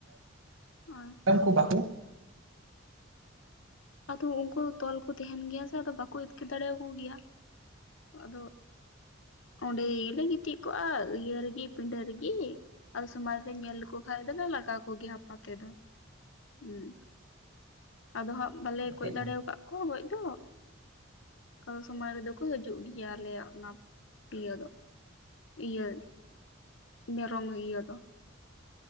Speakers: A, on the left; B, on the right.
A: <unintelligible>
B: ᱚᱱᱠᱟᱱ <unintelligible> ᱠᱩ ᱵᱟᱠᱩ
A: ᱟᱫᱚ ᱩᱱᱠᱩ ᱛᱚᱞᱠᱩ ᱛᱟᱦᱮᱱ ᱜᱮᱭᱟ ᱥᱮ ᱟᱫᱚ ᱵᱟᱠᱚ ᱟᱹᱛᱠᱟᱹᱨ ᱫᱟᱲᱮᱭᱟ ᱠᱩ ᱜᱮᱭᱟ ᱟᱫᱚ ᱚᱸᱰᱮ ᱜᱮᱞᱮ ᱜᱤᱛᱤᱡ ᱠᱚᱜᱼᱟ ᱤᱭᱟᱹ ᱨᱮᱜᱮ ᱯᱤᱰᱟᱹ ᱨᱮᱜᱮ ᱟᱫᱚ ᱥᱚᱢᱟᱨ <unintelligible> ᱨᱮ ᱧᱮᱞ ᱞᱮᱠᱚ ᱠᱷᱟᱡ ᱫᱚᱞᱮ ᱞᱟᱜᱟ ᱠᱚᱜᱮᱭᱟ ᱦᱟᱯᱟ ᱛᱮᱫᱚ ᱩᱸ ᱟᱫᱚ ᱦᱟᱸᱜ ᱵᱟᱞᱮ
B: ᱟᱹᱰᱤ
A: ᱜᱚᱡ ᱫᱟᱲᱮ ᱠᱟᱫ ᱠᱚᱣᱟ ᱜᱚᱡ ᱫᱚ ᱟᱫᱚ ᱥᱚᱢᱚᱭ ᱨᱮᱫᱚ ᱠᱚ ᱦᱤᱡᱩᱜ ᱜᱮᱭᱟ ᱟᱞᱮᱭᱟᱜ ᱚᱱᱟ ᱤᱭᱟᱹ ᱫᱚ ᱤᱭᱟᱹ ᱢᱮᱨᱚᱢ ᱤᱭᱟᱹ ᱫᱚ